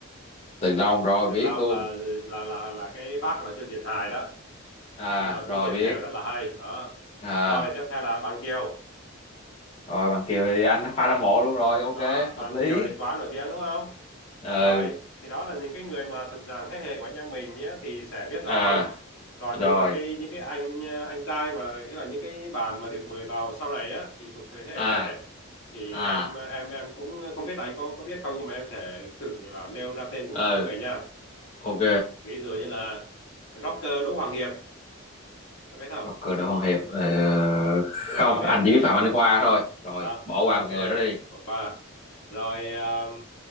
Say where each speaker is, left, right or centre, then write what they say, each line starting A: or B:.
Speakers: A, on the left; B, on the left.
A: Từ lâu rồi
B: Từ
A: biết
B: Long
A: luôn
B: là là là là cái bác mà cho diễn hài đó,
A: à
B: nhưng mà cũng
A: rồi
B: diễn
A: biết
B: trèo rất là hay. Đó.
A: à
B: Rồi tiếp theo là Bằng Kiều.
A: rồi bằng Kiều thì anh fan hâm mộ luôn rồi ok
B: Đó, Bằng
A: hợp lý
B: Kiều thì quá nổi tiếng đúng không?
A: ừ
B: rồi thì đó là những cái người mà thuộc dạng thế hệ của anh em mình nhé thì sẽ biết rõ
A: à
B: hơn còn
A: rồi
B: nhưng mà cái những cái anh anh trai mà nghĩa là những cái bạn mà được mời vào sau này á thì thuộc thế hệ
A: à
B: trẻ thì
A: à
B: em em em cũng không biết là anh có có biết không nhưng mà em sẽ thử là nêu ra tên của
A: ừ
B: một số người nha
A: ok
B: ví dụ như là rocker Đỗ Hoàng Hiệp có biết không
A: Rocker Đỗ Hoàng Hiệp ờ,
B: chắc
A: không
B: là không biết
A: anh chỉ biết Phạm Anh Khoa thôi rồi
B: đó
A: bỏ
B: ok
A: qua một người đó đi
B: bỏ qua rồi um,